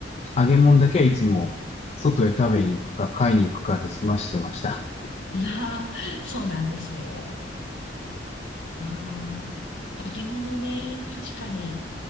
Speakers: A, on the left; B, on the left.
A: 揚げ物だけはいつも外へ食べに行くか買いに行くかで済ましてました。
B: あ、なあ、そうなんですね。ああ、揚げ物ね、確かに、